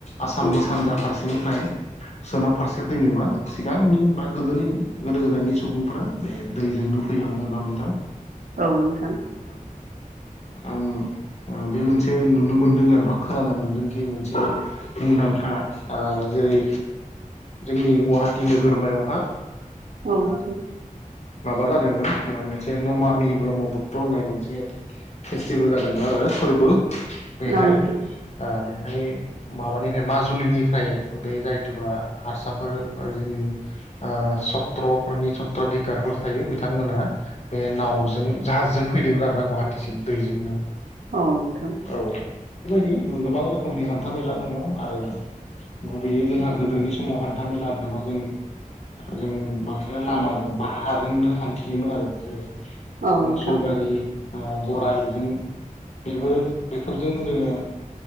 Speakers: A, on the left; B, on the right.
A: आसामनि सानजा फारसेनिफ्राय सोनाब फारसे फैनोबा सिगांनि बा गोदोनि गोदो गोदायनि सुबुंफोरा बे दैजोंनो फैयोमोन आरोना नोंथां।
B: औ नोंथां।
A: औ आरो आं बे मोनसे नुनो मोनदों आरो बा खोनानो मोनदोंखि मोनसे मुंदांखा जेरै जोंनि गुवाहाटि नोगोरमायावहा
B: औ
A: आ
B: नोंथां
A: माबा जादोंमोन ओ मोनसे नमामि ब्रह्मपुत्र होननाय मोनसे फेस्टिभेल जादोंमोन आरो फोरबो। बेहाय
B: औ नोंथां
A: ओ बेहाय माबानिफ्राय माजुलिनिफ्राय बे जायथुबा हारसाफोर जोंनि ओ सत्रफोरनि सत्रधिकारफोर थायो बिथांमोना बे नावजों जाहाजजों फैदोंमोन आरो ना गुवाहा टिसिम दैजोंनो
B: औ नोंथां
A: औ। बेबायदि गोबां रोखोमनि हान्था मेला दङ आरो गुबैयै जोंहा गोदोनि समाव हान्था मेला होनोबा जों जों बांसिना लामाजों बा हाजोंनो हान्थियोमोन आरो। <unintelligible> उनाव
B: औ नोंथां
A: म मसलबारि ओ गराइजों बेबो बेफोरजों जोङो,